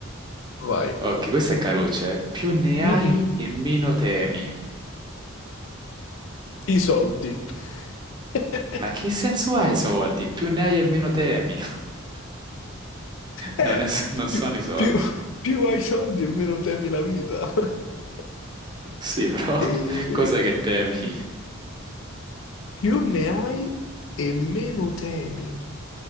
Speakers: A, on the left; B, on the right.
A: Vai.
B: Ok, questa è caruccia, eh. Più ne
A: Mm-mm,
B: hai e meno temi.
A: I soldi. <laughs>
B: Ma che senso ha i soldi? Più ne hai e meno temi. <laughs>
A: Eh,
B: Non, è- non
A: più,
B: sono i soldi.
A: più- più hai soldi e meno temi la vita. <laughs>
B: Sì, però
A: E
B: <laughs> cosa che temi?
A: più ne hai e meno temi.